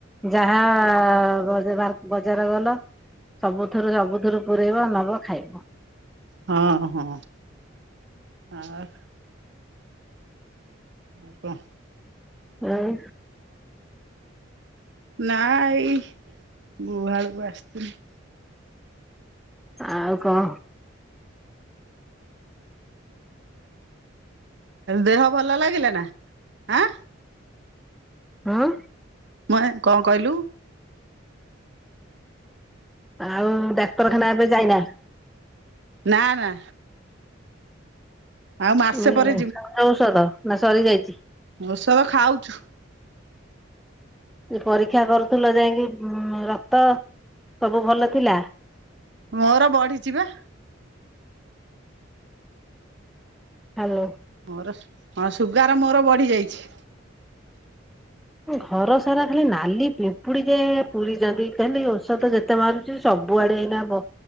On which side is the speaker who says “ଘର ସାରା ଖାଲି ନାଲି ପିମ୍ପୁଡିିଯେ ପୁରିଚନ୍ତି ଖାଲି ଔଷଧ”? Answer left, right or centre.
Centre